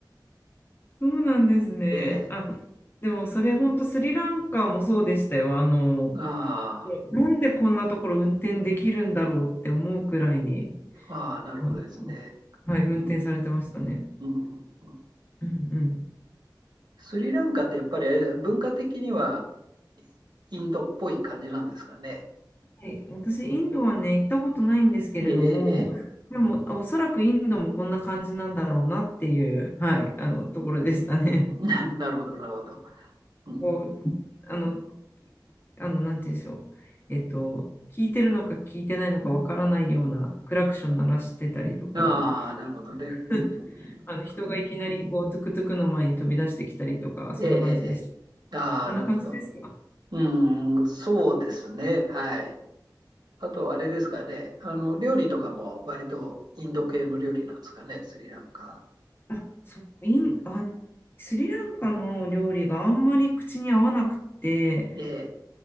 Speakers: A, on the left; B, on the right.
A: そうなんですね。
B: え
A: あ、でもそれ本当スリランカもそうでしたよ。あの、
B: ーあ
A: なんでこんなところ運転できるんだろうって思うくらいに、
B: あ、なるほどですね。
A: あはい、運転されてましたね。
B: うん、うん、うん
A: うんうん。
B: スリランカってやっぱり文化的にはインドっぽい感じなんですかね。
A: はい私、インドはね、行ったことないんですけれども、
B: ええ、え
A: でも、おそらくインドもこんな感じなんだろうなっていう、はい、あの、ところでしたね。
B: ーななるほど、なるほど。うん、
A: こう、あの、あの、なんて言うんでしょう。えっと、聞いてるのか聞いてないのかわからないようなクラクション鳴らしてたりとか、
B: ああ、なるほどね。うん、
A: <laughs>
B: うん、うん。
A: あの、人がいきなり、こう、トゥクトゥクの前に飛び出してきたりとか、そんな感じです。
B: えーええ、ええああ、
A: そんな感じですか
B: なるほど。うん、そうですね。はい。あと、あれですかね。あの、料理とかも割とインド系の料理なんですかね、スリランカ。
A: あ、そう、イン、あの、スリランカの料理があんまり口に合わなくて、
B: ええ、